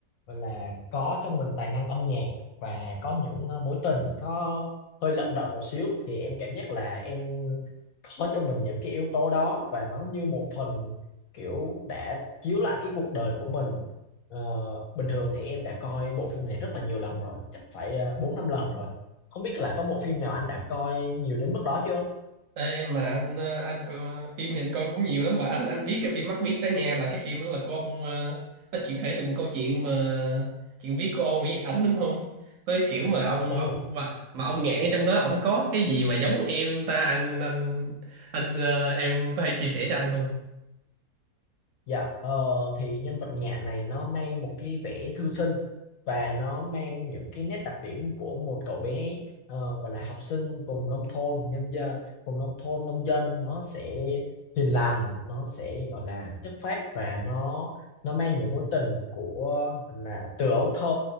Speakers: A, on the left (about 70°); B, on the right (about 70°).
A: và là có trong mình tài năng âm nhạc và có những ờ, mối tình nó hơi lận đận một xíu thì em cảm giác là em có cho mình những cái yếu tố đó và nó như một phần kiểu đã chiếu lại cái cuộc đời của mình Ờ, bình thường thì em đã coi bộ phim này rất là nhiều lần rồi chắc phải ờ, bốn năm lần rồi không biết là có bộ phim nào anh đã coi nhiều đến mức đó chưa
B: Ê, mà anh ờ, anh có, phim hiện coi cũng nhiều lắm mà anh anh biết cái phim Mắt Biếc đó nha là cái phim đó là của ông ờ, nó chuyển thể từ một câu chuyện mà chuyện viết của ông Nguyễn Nhật Ánh đúng không? Với kiểu mà ông
A: ôi
B: ông mà mà ông Ngạn ở trong đó ông có cái gì mà giống em ta anh anh anh ờ, em có thể chia sẻ cho anh không?
A: Dạ, ờ, thì nhân vật Ngạn này nó mang một cái vẻ thư sinh và nó mang những cái nét đặc điểm của một cậu bé ờ, gọi là học sinh vùng nông thôn, nhân dân, vùng nông thôn, nông dân nó sẽ hiền lành, nó sẽ gọi là chất phác và nó nó mang những mối tình của gọi là từ ấu thơ